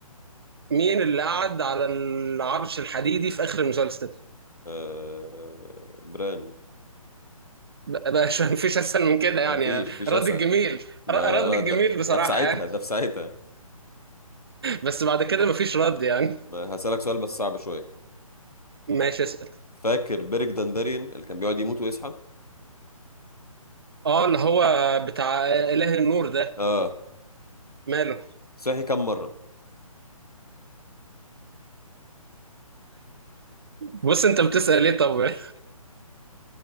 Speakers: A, on the right (about 40°); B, on the left (about 90°).
A: مين اللي قعد على العرش الحديدي في اخر المسلسل
B: آه... بران
A: بقى بقى مش <laughs> مفيش اسهل من كده
B: ما
A: يعني
B: فيش فيش
A: رد
B: اسأل
A: الجميل
B: ده
A: ر- رد
B: لا
A: الجميل
B: ده
A: بصراحة
B: ده في ساعتها
A: يعني
B: ده في ساعتها
A: بس بعد كده مفيش رد يعني
B: ما هسألك سؤال بس صعب شوية
A: ماشي اسأل
B: فاكر بيرك دنداريان اللي كان بيقعد يموت ويصحى
A: اه اللي هو بتاع اله النور ده
B: اه
A: ماله
B: صحي كم مرة
A: بص انت بتسأل ليه طب